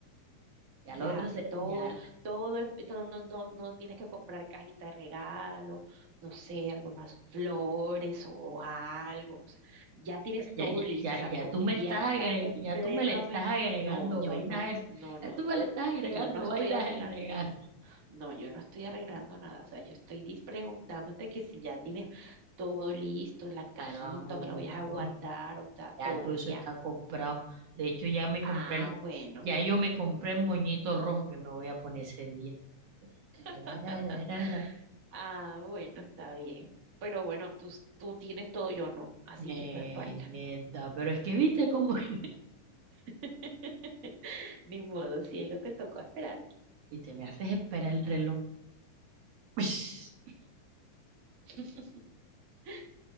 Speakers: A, on the right; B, on the right.
A: Ya
B: Ya,
A: lo otro
B: sí,
A: se,
B: todo,
A: ya,
B: todo, en- no, no, no, no tienes que comprar cajita de regalo, no sé, algunas flores o algo. O sea, ya tienes todo
A: ya, ya,
B: listo.
A: ya,
B: O sea,
A: ya
B: como
A: tú me
B: ya
A: estás
B: está
A: agre-
B: completamente.
A: ya tú me le estás agregando
B: No, yo
A: vainas,
B: no,
A: al-
B: no, no.
A: ya tú me le estás agregando
B: Yo no estoy
A: vainas
B: arreglando,
A: en regalo.
B: no, yo no estoy arreglando nada. O sea, yo estoy dis- preguntándote que si ya tienes todo listo, la cajita,
A: Claro, amor,
B: donde lo vayas a guardar, o sea,
A: ya
B: todo
A: todo eso
B: ya.
A: está comprado. De hecho, ya me
B: Ah,
A: compré el,
B: bueno.
A: ya yo me compré el moñito rojo que me voy a poner ese día. Tararararara.
B: <laughs> Ah, bueno, está bien. Pero bueno, tú, tú tienes todo, yo no. Así
A: Eh,
B: que pues paila.
A: neta, pero es que viste cómo es.
B: <laughs> Ni modo, cielo, te tocó esperarte.
A: Y te me haces esperar el reloj. <laughs> Ush.
B: <laughs>